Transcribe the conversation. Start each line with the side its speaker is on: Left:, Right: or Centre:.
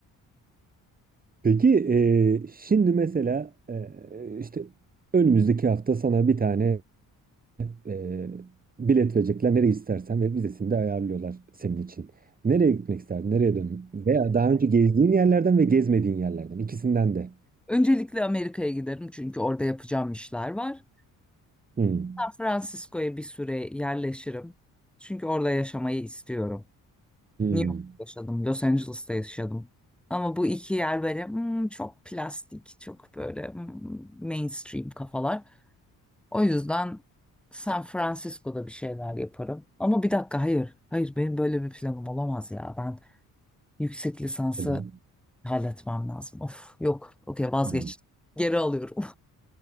Right: Peki e, şimdi mesela e, işte önümüzdeki hafta sana bir tane e, bilet verecekler nereye istersen ve vizesini de ayarlıyorlar senin için. Nereye gitmek isterdin? Nereye dön? Veya daha önce gezdiğin yerlerden ve gezmediğin yerlerden ikisinden de.
Centre: Öncelikle Amerika'ya giderim çünkü orada yapacağım işler var.
Right: Hmm.
Centre: San Francisco'ya bir süre yerleşirim. Çünkü orada yaşamayı istiyorum.
Right: Hmm.
Centre: New York'ta yaşadım, Los Angeles'ta yaşadım. Ama bu iki yer böyle "Hmm, çok plastik, çok böyle hmm, mainstream kafalar. O yüzden San Francisco'da bir şeyler yaparım. Ama bir dakika hayır, hayır benim böyle bir planım olamaz ya. Ben yüksek lisansı
Right: Neden?
Centre: halletmem lazım. Of yok, okey vazgeçtim.
Right: Hmm.
Centre: Geri alıyorum.